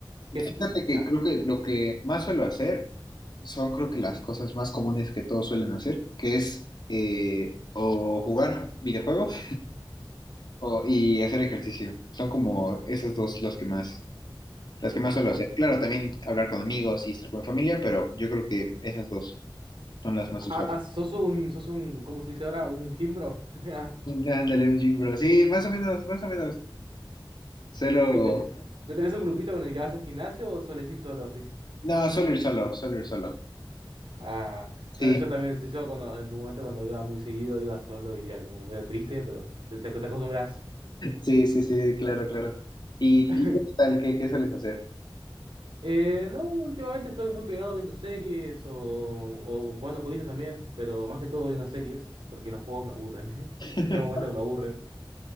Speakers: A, on the left; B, on the right.
A: fíjate
B: qué disfrutas de estar?
A: que creo que lo que más suelo hacer son creo que las cosas más comunes que todos suelen hacer, que es eh, o jugar videojuegos o- y hacer ejercicio. Son como esas dos las que más, las que más suelo
B: O-
A: hacer. Claro, también hablar con amigos y estar con mi familia, pero yo creo que esas dos son las más usuales.
B: ah, ah, sos un, sos un, ¿cómo se dice ahora? Un gimbro. <laughs>
A: Ándale, un gym bro. Sí, más o menos, más o menos. Suelo,
B: ¿Y te- tenés un grupito con el que vas al gimnasio o sueles ir solo así?
A: no, suelo ir solo, suelo ir solo.
B: Ah,
A: Sí,
B: no, yo también, sí, yo cuando, en su momento cuando iba muy seguido, iba solo y era como medio triste, pero te, te, te acostumbras.
A: Sí, sí, sí, claro, claro. ¿Y,
B: <laughs>
A: y qué tal? ¿Qué, qué sueles hacer?
B: Eh, no, últimamente estoy muy pegado viendo series o, o jugando jueguitos también, pero más que todo viendo series, porque los juegos me aburren. <laughs>
A: <laughs>
B: Llega un momento que me aburren.